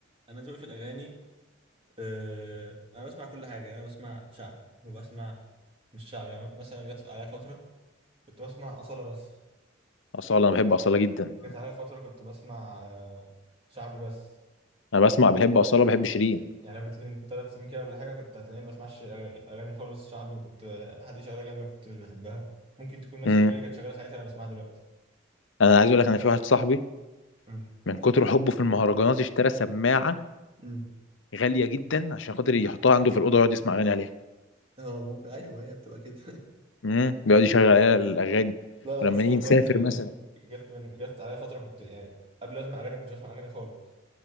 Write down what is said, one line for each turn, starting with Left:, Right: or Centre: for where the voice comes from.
Right: انا ذوقي في الاغاني آه انا بسمع كل حاجه يعني انا بسمع شعبي وبسمع مش شعبي يعني مثلا جت عليا فتره كنت بسمع اصاله بس
Left: اصاله انا بحب اصاله جدا
Right: جت عليا فتره كنت بسمع آه شعبي بس
Left: انا بسمع بحب اصاله بحب شيرين
Right: يعني لو قلت لي من ثلاث سنين كده ولا حاجه كنت هتلاقيني ما بسمعش اغاني خالص شعبي وكنت آه، حد شغاله جنبي كنت مش بحبها ممكن تكون نفس
Left: امم
Right: الاغنيه اللي كانت شغاله ساعتها انا بسمعها دلوقتي
Left: انا عايز اقول لك انا في واحد صاحبي
Right: مم.
Left: من كتر حبه في المهرجانات اشترى سماعه
Right: امم
Left: غاليه جدا عشان خاطر يحطها عنده في الاوضه ويقعد يسمع اغاني عليها
Right: اه مو- ايوه هي بتبقى كده
Left: امم بيقعد يشغل عليها الاغاني
Right: لا لا
Left: ولما
Right: بس انا
Left: نيجي نسافر
Right: بجد يعني
Left: مثلا
Right: جت من جت عليا فتره كنت يعني قبل ما اسمع اغاني ما كنتش اسمع اغاني خالص